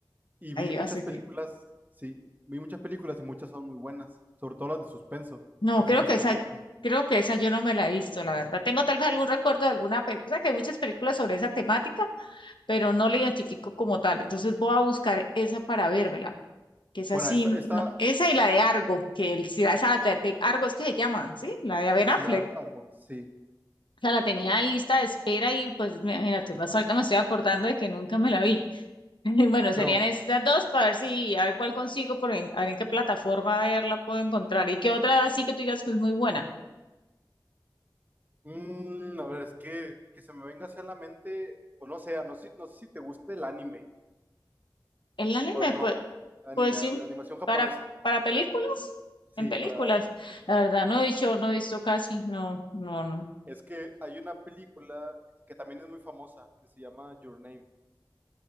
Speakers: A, on the right; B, on the left.
A: y
B: ahí
A: vi muchas
B: va a seguir.
A: películas. Sí, vi muchas películas y muchas son muy buenas, sobre todo las de suspenso,
B: No,
A: que
B: creo
A: fueron las
B: que
A: que
B: esa,
A: más me...
B: creo que esa yo no me la he visto, la verdad. Tengo tal vez algún recuerdo de alguna película, o sea, que hay muchas películas sobre esa temática, pero no la identifico como tal. Entonces voy a buscar esa para vérmela, que es así,
A: Bueno, esta,
B: esa
A: esta,
B: sí no- esa y la de Argo, que el, si la-
A: ok,
B: esa la de Argo es que se llama, ¿sí? La de Ben
A: sí,
B: Affleck.
A: Ar- Argo, sí,
B: O sea, la tenía en lista de espera y pues mira, imagínate, más ahorita me estoy acordando de que nunca me la vi. <laughs> Bueno,
A: pero
B: serían estas dos para ver si, a ver cuál consigo, por en- a ver en qué plataforma verla puedo encontrar. ¿Y qué otra así que tú digas que es muy buena?
A: mm, a ver, es que que se me venga hacia la mente, o no sé, no sé, no sé si te guste el anime.
B: El anime,
A: O no,
B: pues,
A: anime,
B: pues sí,
A: de animación japonesa.
B: para, para películas,
A: Sí,
B: en películas.
A: para películas.
B: La verdad, no he dicho, no he visto casi, no, no, no.
A: Es que hay una película que también es muy famosa, que se llama Your Name.